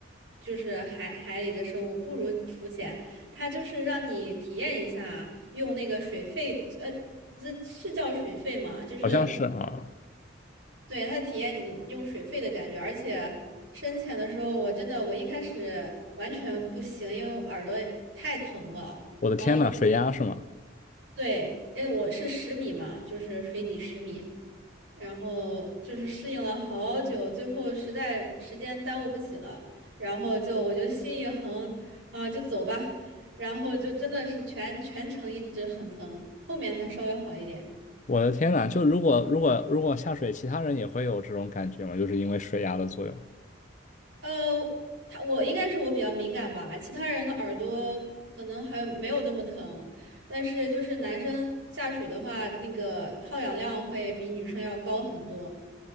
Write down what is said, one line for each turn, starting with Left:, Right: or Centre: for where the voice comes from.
Right: 就是海海里的生物，不如浮潜，它就是让你体验一下用那个水肺，呃，这是叫水肺嘛？就是
Left: 好像是啊。
Right: 对它体验你用水肺的感觉，而且深潜的时候，我真的我一开始完全不行，因为我耳朵太疼了，
Left: 我的天呐，
Right: 然后
Left: 水压是吗？
Right: 对，因为我是十米嘛，就是水底十米。然后就是适应了好久，最后实在时间耽误不起了，然后就我就心一横啊，就走吧，然后就真的是全全程一直很疼，后面才稍微好一点。
Left: 我的天呐，就如果如果如果下水，其他人也会有这种感觉吗？就是因为水压的作用。
Right: 呃，他我应该是我比较敏感吧，其他人的耳朵可能还没有这么疼，但是就是男生下水的话，那个耗氧量会比女生要高很多。